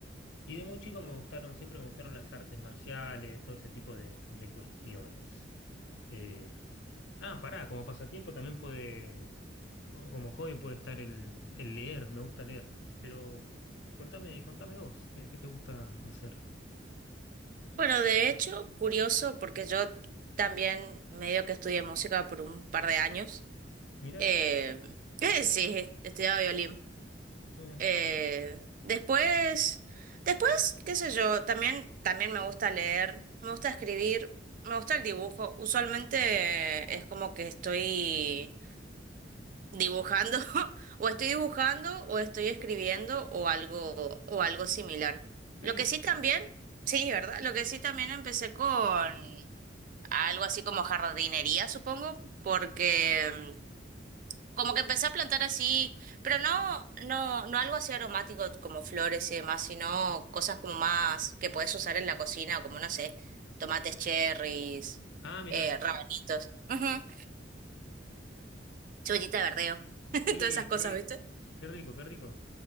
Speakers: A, on the left; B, on the right.
A: y de muy chico me gustaron, siempre me gustaron las artes marciales, todo ese tipo de, de cuestiones. Eh, Ah, pará, como pasatiempo también puede, o como hobby puede estar el, el leer, me gusta leer, pero contame, contame vos, ¿qué, qué te gusta hacer?
B: Bueno, de hecho, curioso porque yo también medio que estudié música por un par de años.
A: Mirá,
B: Eh, <laughs> sí, estudiaba violín.
A: eh,
B: Eh, después, después, qué sé yo, también, también me gusta leer, me gusta escribir, me gusta el dibujo. Usualmente eh, es como que estoy dibujando, <laughs> o estoy dibujando, o estoy escribiendo, o algo, o algo similar.
A: qué
B: Lo
A: lindo.
B: que sí también, sí, ¿verdad? Lo que sí también empecé con algo así como jardinería, supongo, porque como que empecé a plantar así, pero no, no, no algo así aromático como flores y demás, sino cosas como más que puedes usar en la cocina, como no sé, tomates cherries,
A: Ah, mirá,
B: eh, rabanitos, <laughs> ujú, cebollita de verdeo, <laughs>
A: qué, li-
B: todas esas cosas,
A: qué rico,
B: ¿viste?
A: qué rico, qué rico.